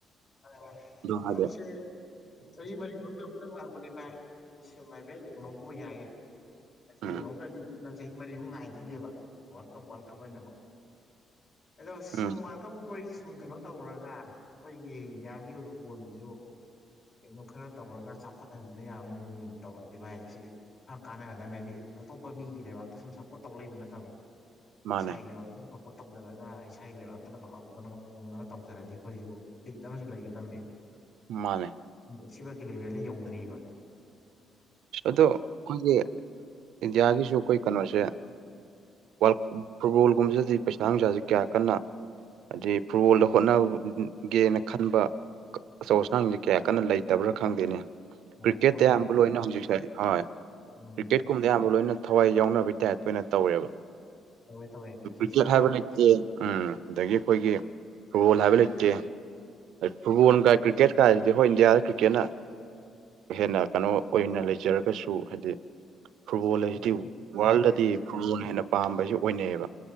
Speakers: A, on the left (about 50°); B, on the right (about 80°).
A: ꯍ ꯃꯔꯔ
B: ꯑꯗꯨ ꯍꯥꯏꯗꯤ
A: ꯐꯁꯦ ꯆꯍꯤ ꯃꯔꯤ ꯃꯅꯨꯡꯗ ꯑꯃꯨꯛꯇꯪ ꯂꯥꯛꯄꯅꯦ ꯚꯥꯏ ꯁꯨꯝ ꯍꯥꯏꯐꯦꯠ ꯌꯦꯡꯍꯧꯕ ꯌꯥꯏꯌꯦ꯫ ꯑꯁꯤ
B: ꯎꯝ
A: ꯌꯦꯡꯉꯧꯗ꯭ꯔꯗꯤ ꯅꯪ ꯆꯍꯤ ꯃꯔꯤꯃꯨꯛ ꯉꯥꯏꯗꯣꯏꯅꯦꯕ ꯫ ꯋꯥꯔꯜ ꯀꯞ ꯋꯥꯔꯜ ꯀꯞ ꯍꯥꯏꯗ ꯑꯗꯣ ꯁꯨꯝ
B: ꯎꯝ
A: ꯋꯥꯔꯜ ꯀꯞꯀꯤ ꯋꯥꯔꯤꯁꯦ ꯁꯨꯝ ꯀꯩꯅꯣ ꯇꯧꯔꯒ ꯑꯩꯒꯤ ꯏꯟꯗꯤꯌꯥꯒꯤ ꯑꯣꯏꯕ ꯕꯣꯟꯁꯤꯁꯨ ꯀꯩꯅꯣ ꯈꯔ ꯇꯧꯔꯒ ꯆꯥꯎꯈꯠꯍꯟꯕ ꯌꯥꯕꯒꯤ ꯃꯑꯣꯡꯗ ꯇꯧꯔꯗꯤ ꯚꯥꯏ ꯁꯤ ꯈꯔ ꯀꯥꯟꯅꯒꯗꯕꯅꯦꯗꯤ ꯑꯇꯣꯞꯄ ꯃꯤꯒꯤ ꯂꯩꯕꯥꯛꯇ ꯁꯨꯝ ꯁꯞꯄꯣꯔꯠ ꯇꯧ ꯂꯩꯕ ꯅꯠꯇꯕ
B: ꯃꯥꯅꯦ
A: ꯏꯁꯥꯒꯤ ꯂꯩꯕꯥꯛ ꯈꯤꯇꯪ ꯁꯞꯄꯣꯔꯠ ꯇꯧꯖꯔꯒ ꯏꯁꯥꯒꯤ ꯂꯩꯕꯥꯛꯇꯒ ꯂꯥꯎꯗꯅꯒ ꯈꯣꯡꯗꯅ ꯇꯧꯖꯔꯗꯤ ꯑꯩꯈꯣꯏꯁꯨ ꯫ ꯁꯤꯇꯃꯤꯁꯨ ꯂꯩꯈꯤꯗꯕꯅꯦ
B: ꯃꯥ
A: ꯑꯁꯤꯕꯀꯤ ꯂꯦꯚꯦꯜꯗ ꯌꯧꯗ꯭ꯔꯤꯕ
B: ꯑꯗꯣ ꯑꯩꯈꯣꯏꯒꯤ ꯏꯟꯗꯤꯌꯥꯒꯤꯁꯨ ꯑꯩꯈꯣꯏ ꯀꯩꯅꯣꯁꯦ ꯋꯥꯔꯜ ꯐꯨꯠꯕꯣꯜꯒꯨꯝꯕꯁꯤꯗꯗꯤ ꯄꯩꯁꯥ ꯅꯨꯡꯁꯥꯁꯤ ꯀꯌꯥ ꯀꯟꯅ ꯍꯥꯏꯗꯤ ꯐꯨꯠꯕꯣꯜꯗ ꯍꯣꯠꯅꯒꯦꯅ ꯈꯟꯕ ꯑꯆꯧ ꯑꯁꯥꯡꯁꯦ ꯀꯌꯥ ꯀꯟꯅ ꯂꯩꯇꯕ꯭ꯔꯥ ꯈꯪꯗꯦꯅꯦ ꯀ꯭ꯔꯤꯛꯀꯦꯠꯇ
A: ꯏꯁꯄꯣꯟꯁꯔ
B: ꯑꯌꯥꯝꯕ ꯂꯣꯏꯅ ꯍꯧꯖꯤꯛꯁꯦ ꯫ ꯍꯣꯏ
A: ꯎꯝ
B: ꯀ꯭ꯔꯤꯛꯀꯦꯠ ꯀꯨꯝꯕꯗ ꯑꯌꯥꯝꯕ ꯂꯣꯏꯅ ꯊꯋꯥꯏ ꯌꯥꯎꯅꯕꯒꯤ ꯇꯥꯏꯞꯇ ꯑꯣꯏꯅ ꯇꯧꯋꯦꯕ
A: ꯇꯧꯋꯦ ꯇꯧꯋꯦ ꯀ꯭ꯔꯤꯛꯀꯦꯠꯁꯤꯅ
B: ꯀ꯭ꯀꯦꯠ ꯍꯥꯏꯕ ꯎꯝ ꯑꯗꯒꯤ ꯑꯩꯈꯣꯏꯒꯤ ꯐꯨꯠꯕꯣꯜ ꯍꯥꯏꯕ ꯂꯩꯇꯦ ꯐꯨꯠꯕꯣꯜ ꯀ꯭ꯔꯤꯛꯀꯦꯠ ꯀꯥꯏꯁꯤꯗꯤ ꯈꯣꯏ ꯏꯟꯗꯤꯌꯥꯗ ꯀ꯭ꯔꯤꯀꯦꯠꯅ ꯍꯦꯟꯅ ꯀꯩꯅꯣ ꯑꯣꯏꯅ ꯂꯩ꯫ ꯂꯩꯖꯔꯒꯁꯨ ꯍꯥꯏꯗꯤ ꯐꯨꯠꯕꯣꯜ ꯍꯥꯏꯁꯤꯗꯤ
A: ꯐꯨꯠꯕꯣꯜꯁꯤ
B: ꯋꯥꯔꯜꯗꯗꯤ
A: ꯇꯧꯕ ꯌꯥꯏꯕ
B: ꯐꯨꯠꯕꯣꯜꯅ ꯍꯦꯟꯅ ꯄꯥꯝꯕꯁꯨ ꯑꯣꯏꯅꯩꯑꯦꯕ